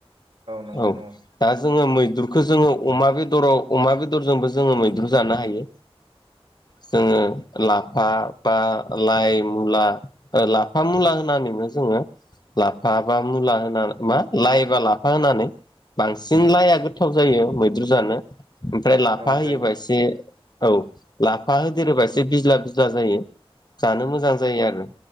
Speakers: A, on the right (about 65°); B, on the left (about 45°).
A: नंगौ
B: औ
A: नंगौ
B: दा जोङो मैद्रुखौ जोङो अमा बे बेदराव अमा बेदरजोंबो जोङो मैद्रु जानो हायो जोङो लाब लाफा बा लाइ मुला लाफा मुला होनानैनो जोङो लाफा बा मुला होना मा लाइबा लाफा होनानै बांसिन लाइआ गोथाव जायो मैद्रु जानो ओमफ्राय लाफा
A: औ जायो
B: होयोबा एसे औ लाफा होदेरोबा एसे बिज्ला ब्ला जायो जानो मोजां जायो आरो।